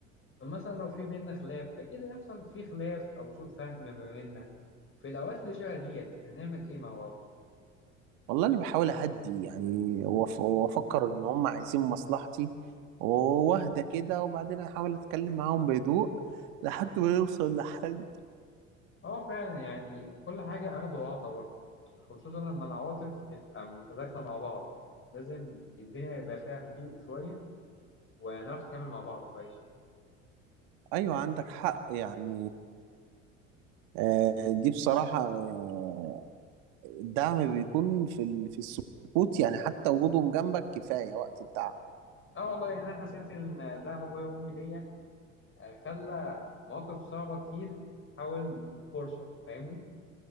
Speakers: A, on the left (about 30°); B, on the right (about 55°).
A: طب مثلا لو في بينا خلاف اكيد هيحصل في خلاف او سوء فهم ما بيننا في الاوقات اللي شبه ديت هنعمل ايه مع بعض
B: والله انا بحاول اهدي يعني وأف- وافكر ان هم عايزين مصلحتي واهدى كده وبعدين احاول اتكلم معاهم بهدوء لحد ما نوصل لحل
A: اه فعلا يعني كل حاجة أخد وعطا برضه خصوصا لما العواطف تبقى متداخلة مع بعض لازم الدنيا يبقى فيها هدوء شوية ونعرف نتعامل مع بعض كويس
B: ايوه عندك حق يعني آه، دي بصراحة آه، الدعم بيكون في ال- في السكوت يعني حتى وجودهم جنبك كفاية وقت التعب
A: اه والله يعني أنا حسيت إن دعم أبويا وأمي ليا آه، خلى مواقف صعبة كتير تتحول لفرصة فاهمني؟